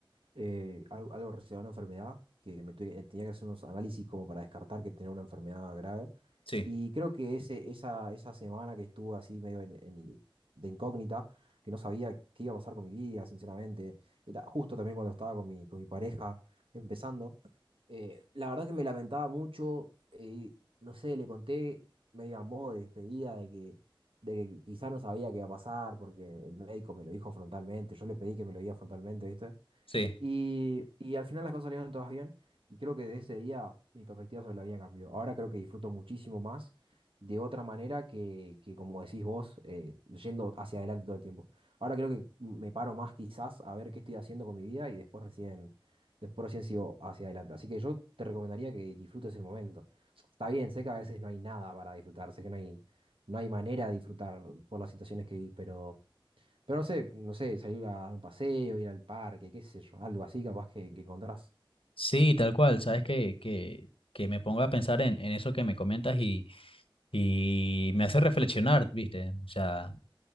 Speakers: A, on the right; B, on the left.
A: Eh, al- algo, relacionado a una enfermedad, que me tuve- eh, tenía que hacer unos análisis como para descartar que tenía una enfermedad grave.
B: Sí,
A: Y creo que ese, esa, esa semana que estuve así medio en- en de incógnita, que no sabía qué iba a pasar con mi vida, sinceramente, era justo también cuando estaba con mi, con mi pareja empezando, eh, la verdad que me lamentaba mucho, eh, no sé, le conté medio a modo de despedida de que, de que quizá no sabía qué iba a pasar porque el médico me lo dijo frontalmente, yo le pedí que me lo diga frontalmente, ¿viste?
B: sí.
A: Y, y al final las cosas salieron todas bien y creo que desde ese día mi perspectiva sobre la vida cambió. Ahora creo que disfruto muchísimo más de otra manera que, que como decís vos, eh, yendo hacia adelante todo el tiempo. Ahora creo que me paro más quizás a ver qué estoy haciendo con mi vida y después recién, después recién sigo hacia adelante. Así que yo te recomendaría que disfrutes el momento. Está bien, sé que a veces no hay nada para disfrutar, sé que no hay, no hay manera de disfrutar por las situaciones que vivís, pero... Pero no sé, no sé, salir a dar un paseo, ir al parque, qué sé yo, algo así capaz que, que encontrás.
B: Sí, tal cual, sabes que, que, que me pongo a pensar en, en eso que me comentas y Y me hace reflexionar, ¿viste? O sea,